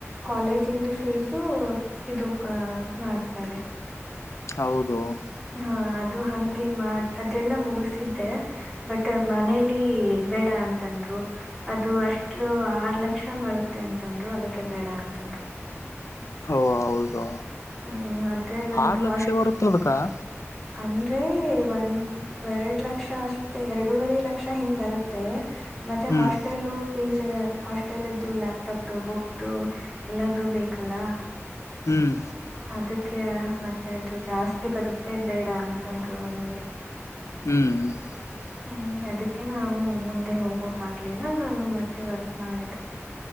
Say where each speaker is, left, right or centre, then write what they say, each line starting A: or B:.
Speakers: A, in the centre; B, on the left.
A: ಬಾಳೆಹಣ್ಣು ತಿಂದು, ಫೀಸು ಇದು, ಮಾಡ್ತಾರೆ. <inaudible> <unintelligible> <inaudible>
B: ಹೌದು. <inaudible>
A: ಹಾ, ಅದು ಹಂಗೆ ಮಾಡ. ಅದೆಲ್ಲಾ ಮುಗಸಿದ್ದೆ ಬಟ್, ಮನೇಲಿ? <inaudible> ಬೇಡ ಅಂತಂದ್ರು! ಅದು ಅಷ್ಟು ಆರ್ ಲಕ್ಷ ಬರುತ್ತೆ, ಅಂತಂದ್ರು, ಅದಕ್ಕೆ ಬೇಡ, ಅನುದಾಧೇ. <inaudible> ಒಬ್ರು. <inaudible>
B: ಓ, ಹೌದು,
A: ಹ್ಮ್ ಅದೇ ನಂದು
B: ಆರು
A: ಹಾಸ್ಟ್
B: ಲಕ್ಷ ಬರುತ್ತ, ಅದಕ? <inaudible>
A: ಅಂದ್ರೆ, ಒಂದ್, ಎರಡ್, ಲಕ್ಷ ಅಷ್ಟೆ ಎರಡೂವರೆ ಲಕ್ಷ, ಹಿಂಗ್, ಬರುತ್ತೆ. <inaudible> ಮತ್ತೆ,
B: ಹ್ಮ್
A: ಹಾಸ್ಟೆಲ್. <inaudible> ಫಿಜ್, ಹಾಸ್ಟೆಲ್ದ್ದು, ಲ್ಯಾಪ್ಟಾಪ್ ಬುಕ್ ಎಲ್ಲಾದೂ ಬೇಕಲ್ಲ? <inaudible>
B: ಹ್ಮ್
A: ಅದಕ್ಕೆ, ಮತ್ತೆ ಅದು ಜಾಸ್ತಿ! ಬರುತ್ತೆ ಬೇಡ ಅಂತಂದ್ರು ಮನೇಲಿ? <inaudible>
B: ಹ್ಮ್. <inaudible>
A: ಹ್ಮ್, ಅದಕ್ಕೆ ನಾವು ಮುಂದೆ! ಹೋಗೋಕೆ, ಆಗ್ಲಿಲ್ಲ, ನಾನು ಮತ್ತೆ ವರ್ಕ್ ಮಾಡಿದು. <inaudible>